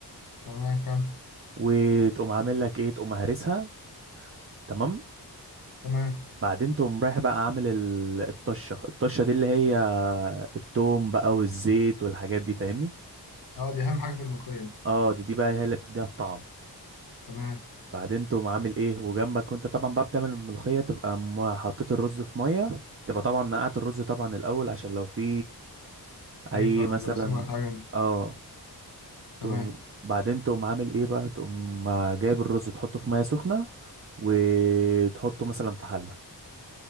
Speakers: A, on the left; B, on the right.
A: تمام كمل
B: وتقوم عامل لك ايه تقوم هرسها تمام
A: تمام
B: بعدين تقوم رايح بقى عامل ال- الطشة الطشة دي اللي هي التوم بقى والزيت والحاجات دي فاهمني
A: اه دي اهم حاجه في الملوخيه دي
B: اه دي دي بقى هي اللي بتديها الطعم
A: تمام
B: بعدين تقوم عامل ايه وجنبك وانت طبعا بقى بتعمل الملوخية تبقى م- حطيت الرز في مية تبقى طبعا نقعت الرز طبعا الأول عشان لو في أي
A: اي كر-
B: مثلا
A: جراثيم ولا حاجه دي
B: اه
A: تمام
B: تقوم بعدين تقوم عامل ايه بقى تقوم جايب الرز تحطه في مية سخنة وتحطه مثلا في حلة